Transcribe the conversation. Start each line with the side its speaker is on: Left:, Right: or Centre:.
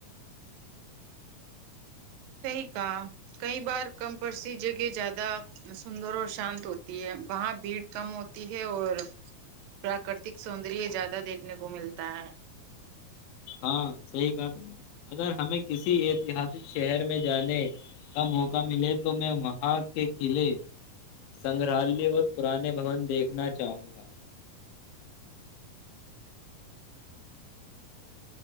Right: صیح کہا کئی بار کم پرسی جگہ زیادہ سندر اور شانت ہوتی ہے وہاں بھیڑ کم ہوتی ہے اور پراکرتک سوندر زیادہ دیکھنے کو ملتا ہے
Left: ہاں صحیح کہا تم نے اگر ہمیں کسی ایتہاسک شہر میں جانے کا موقع ملے تو میں وہاں کے قلعے سنگرالیہ اور پرانے بھون دیکھنا چاہوں گا <unintelligible>